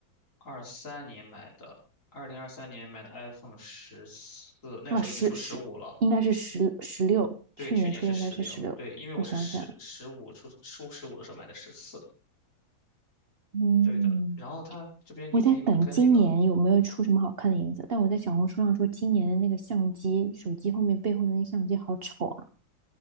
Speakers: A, on the left (about 40°); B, on the right (about 40°).
A: 二三年买的，二零二三年买的 iPhone 十四，那个时候已经出十五了。
B: 啊，十十应该是十十六，
A: 对，
B: 去年出的应该是十六。
A: 去年是十六，对，因为我是十十五出出十五的时候买的十四，
B: 我想起来了，嗯，
A: 对的。然后它这边你可以买跟那个，
B: 我在等今年有没有出什么好看的颜色，但我在小红书上说今年的那个相机，手机后面背后的那个相机好丑啊。